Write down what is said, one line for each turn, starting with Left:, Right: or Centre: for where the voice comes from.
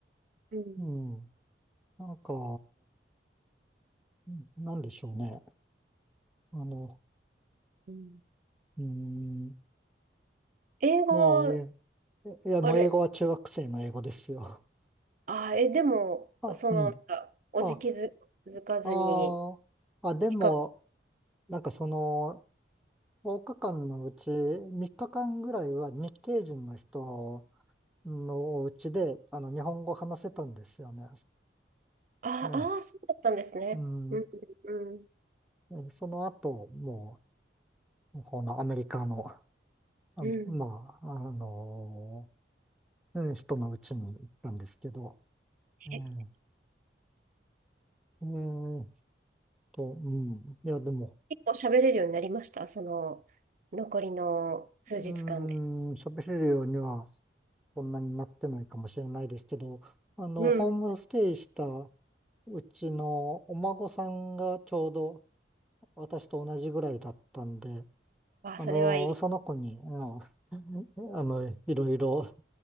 Right: うん。
Centre: うん。なんか、うんなんでしょうね。あの、
Right: うん
Centre: うーん。
Right: 英語は、
Centre: もう、え、いや、
Right: あれ、
Centre: もう英語は中学生の英語ですよ。
Right: ああ、え、でも、
Centre: あ、
Right: その、
Centre: うん。
Right: なんか、おじきづづかずに、
Centre: あ、あーあ、でも、
Right: 比較、
Centre: なんかその、5日間のうち3日間ぐらいは日系人の人のお家であの日本語を話せたんですよね。
Right: ああー、
Centre: ね、
Right: そうだったんですね。
Centre: うん、
Right: うん、うん、
Centre: でその後、もう、このアメリカの、あ、
Right: うん。
Centre: まあ、あのうん人のうちに行ったんですけど、
Right: え
Centre: うんえーと、うん、いや、でも、
Right: 結構喋れるようになりました、その残りの数日間で。
Centre: うん、喋れるようにはそんなになってないかもしれないですけど、あの、
Right: うん。
Centre: ホームステイしたうちのお孫さんがちょうど私と同じぐらいだったんで、
Right: あ、
Centre: あの、
Right: それはいい。
Centre: その子に、あの、あのいろいろ